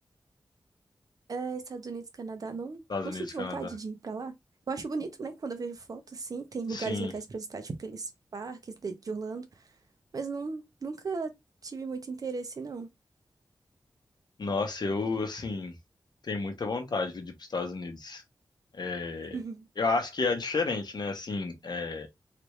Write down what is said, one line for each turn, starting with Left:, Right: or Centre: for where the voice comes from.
Right: É, Estados Unidos, Canadá, não,
Left: Estados
Right: não
Left: Unidos,
Right: sinto
Left: Canadá.
Right: vontade de ir pra lá. Eu acho bonito, né? Quando eu vejo foto, assim, tem
Left: Sim.
Right: lugares legais pra visitar, tipo aqueles parques de, de Orlando, mas não, nunca tive muito interesse, não.
Left: Nossa, eu, assim, tenho muita vontade de ir para os Estados Unidos. É,
Right: <laughs>
Left: eu acho que é diferente, né? Assim, é,